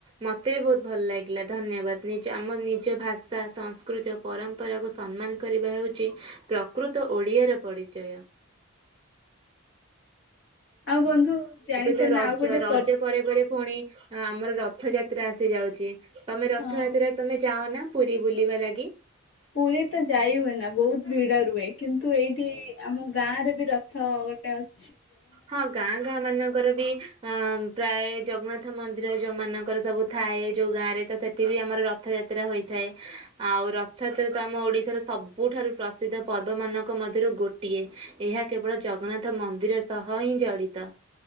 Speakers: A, on the right (about 25°); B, on the left (about 60°).
A: ମତେ ବି ବହୁତ ଭଲ ଲାଗି ଗିଲା ଧନ୍ୟବାଦ। ନିଜ ଆମ ନିଜ ଭାଷା ସସ୍କୃତି ଓ ପରମ୍ପରାକୁ ସମ୍ମାନ କରିବା ହେଉଛି ପ୍ରକୃତ ଓଡ଼ିଆର ପରିଚୟ ।
B: ଆଉ ବନ୍ଧୁ ଜାଣିଛ?
A: ତ ରଜ
B: ନା ଆଉ ଗୋଟେ
A: ରଜ
B: ପର୍ବ
A: ପରେ ପରେ ପୁଣି ଆମର ରଥଯାତ୍ରା ଆସି ଯାଉଚି। ତମେ ରଥଯାତ୍ରାରେ
B: ହଁ
A: ତମେ ଯାଅ ନା? ପୁରୀ ବୁଲିବା ଲାଗି ।
B: ପୁରୀ ତ ଯାଇ ହୁଏ ନା ବହୁତ ଭିଡ ରୁହେ କିନ୍ତୁ ଏଇଠି ଆମ ଗାଁରେ ବି ରଥ ଗୋଟେ ଅ
A: ହଁ ଗାଁ ଗାଁ ମାନଙ୍କର ବି ଅ ପ୍ରାୟ ଜଗନ୍ନାଥ ମନ୍ଦିର ଯଉଁମାନଙ୍କର ସବୁ ଥାଏ ଯଉଁ ଗାଁରେ ତ ସେଠି ବି ଆମର ରଥଯାତ୍ରା ହୋଇଥାଏ ଆଉ ରଥଯାତ୍ରା ତ ଆମ ଓଡ଼ିଶାର ସବୁଠାରୁ ପ୍ରସିଦ୍ଧ ପର୍ବ ମାନଙ୍କ ମଧ୍ୟରୁ ଗୋଟିଏ। ଏହା କେବଳ ଜଗନ୍ନାଥ ମନ୍ଦିର ସହ ହଁ ଜଡିତ।